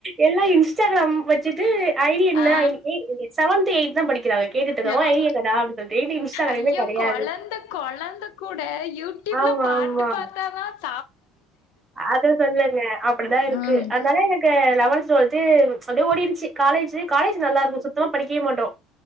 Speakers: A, on the right (about 15°); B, on the left (about 85°).
A: எல்லா இன்ஸ்டாகிராம் வச்சுட்டு ஐ டி என்ன
B: ஆ
A: <unintelligible> செவன்த் எயித்துதா படிக்கிறாங்க கேட்டுட்டு இருக்காங்க
B: ஆ அ
A: ஐடி என்னடா அப்டி சொல்லிட்டு இது இன்ஸ்டாகிராமே
B: ஐயோ
A: கெடையாது
B: கொழந்த கொழந்த கூட யூட் டுப்ல
A: ஆமா
B: பாட்டு
A: ஆமா
B: பாத்தா தா
A: அத சொல்லுங்க அப்டிதா இருக்கு
B: ம்
A: அதனால எனக் கு லெவன்த் டுவெல்து அப்டியெ ஓடிடுச்சு காலேஜ்ஜி காலேஜ் நல்லா இருக்கு சுத்தமா படிக்கவே மாட்டோ